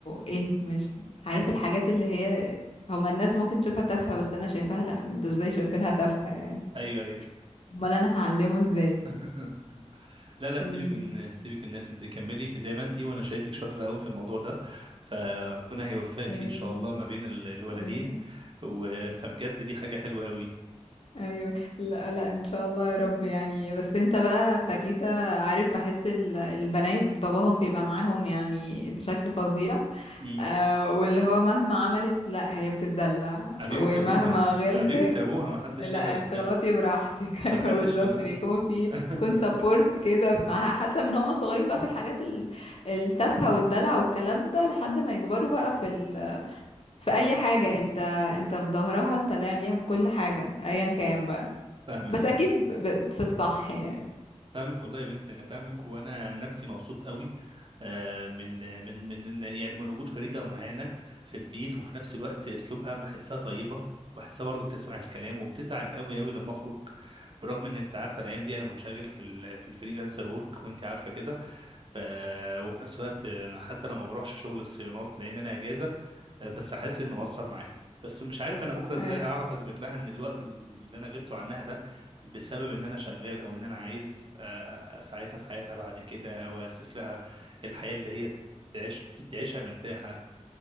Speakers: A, on the left; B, on the right.
A: ايه مش عارف الحاجات اللي هي هما الناس ممكن تشوفها تافهة بس انا شايفاها لا انتوا ازاي شايفينها تافهة يعني
B: ايوه ايوه
A: امال انا هعلمه ازاي
B: <laughs> لا لا
A: بالظبط.
B: سيبك من الناس سيبك من الناس انت كملي في زي ما انتي وانا شايفك شاطره قوي في الموضوع ده فربنا هيوفقك
A: ايوه
B: فيه ان شاء الله ما بين ال- الولدين
A: ايوه
B: و... فبجد دي حاجه حلوه قوي
A: ايوه لا لا ان شاء الله يا رب يعني بس انت بقى فريدة عارف بحس ال- البنات باباهم بيبقى معاهم يعني بشكل فظيع
B: مم.
A: آه واللي هو مهما عملت لا هي بتتدلع
B: حبيبه
A: ومهما
B: ابوها
A: غلطت
B: حبيبه ابوها ما حدش
A: لا
B: يقدر
A: انت
B: يتكلم
A: غلطي براحتك <laughs>
B: ما
A: ايوه
B: حدش
A: بالظبط بيكون في
B: <laughs>
A: تكون سبورت كده معاها حتى من هم صغيرين بقى في الحاجات ال- التافهة والدلع والكلام ده لحد ما يكبروا بقى في ال... في اي حاجة انت انت في ظهرها انت داعم ليها في كل حاجة ايا كان بقى
B: فاهمك
A: بس
B: فاهمك
A: اكيد ب... ب- في الصح يعني
B: فاهمك والله يا بنت انا فاهمك وانا عن نفسي مبسوط قوي آه، من من من يعني من وجود فريده معانا في البيت وفي نفس الوقت اسلوبها بحسها طيبه بحسها برضو بتسمع الكلام وبتزعل قوي قوي لما اخرج برغم ان انت عارفه الايام دي انا منشغل في ال في الفريلانسر ورك وانت عارفه كده ف وفي نفس الوقت آه، حتى لو ما بروحش شغل الصيانات لان انا اجازه آه، بس حاسس انه مؤثر معاها بس مش عارف انا بكره ازاي
A: ايوه
B: هعرف اثبت لها ان الوقت اللي انا غبته عنها ده بسبب ان انا شغال او ان انا عايز أ- أ- اساعدها في حياتها بعد كده او اسس لها الحياه اللي هي تعيش تعيشها مرتاحه